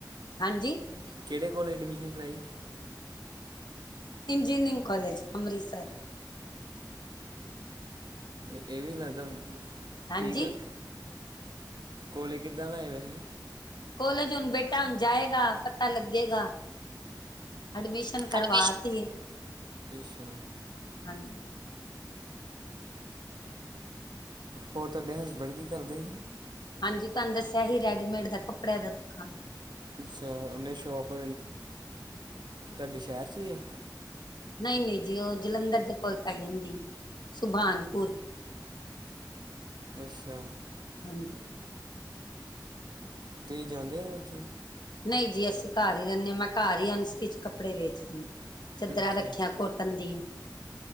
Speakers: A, on the left; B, on the right.
A: ਹਾਂਜੀ।
B: ਕਿਹੜੇ ਕੋਲਜ ਐਡਮਮੀਸ਼ਨ ਕਰਵਾਈ?
A: Engineering college Amritsar.
B: ਇਹ ਵੀ ਲੱਗਦਾ
A: ਹਾਂਜੀ
B: ਠੀਕ ਹੈ, ਕੋਲੇ ਕਿੱਦਾਂ ਦਾਹੈ ਜਿ?
A: ਕੋਲੇਜ ਹੁਣ ਬੇਟਾ ਹੁਣ ਜਾਏਗਾ ਪਤਾ ਲੱਗੇਗਾ। ਐਡਮਿਸ਼ਨ ਕਰਵਾ
B: ਐਡਮਿਸ਼ਨ
A: ਤੀ ਹੈ।
B: ਅੱਛਾ
A: ਹਾਂਜੀ।
B: ਹੋਰ, ਤੁਹਾਡੇ ਹਸਬੈਂਡ ਕੀ ਕਰਦੇ?
A: ਹਾਂਜੀ, ਤੁਹਾਨੂੰ ਦੱਸਿਆ ਹੀ ਰੈਡੀਮੇਡ ਦਾ ਕੱਪੜਿਆਂ ਦਾ ਦੁਕਾਨ।
B: ਅੱਛਾ। ਉਹਨੇ ਸ਼ੋਪ, ਤੁਹਾਡੇ ਸ਼ਹਿਰ 'ਚ ਹੀ ਹੈ।
A: ਨਹੀਂ- ਨਹੀਂ ਜੀ, ਉਹ ਜਲੰਧਰ ਦੇ ਕੋਲ ਪੈ ਜਾਂਦੀ ਸੁਬਾਨਪੁਰ।
B: ਅੱਛਾ।
A: ਹਾਂਜੀ।
B: ਤੁਸੀ ਜਾਂਦੇ ਆ ਉੱਥੇ?
A: ਨਹੀਂ ਜੀ, ਅਸੀਂ ਘਰ ਹੀ ਰਹਿੰਦੇ ਹਾਂ ਮੈਂ ਘਰ ਹੀ ਅਨਸਟਿਚ ਕੱਪੜੇ ਵੇਚਦੀ ਚਾਦਰਾਾਂ
B: ਅੱਛਾ
A: ਰੱਖਿਆ ਕੋਟ ਧੰਦੀਆਂ।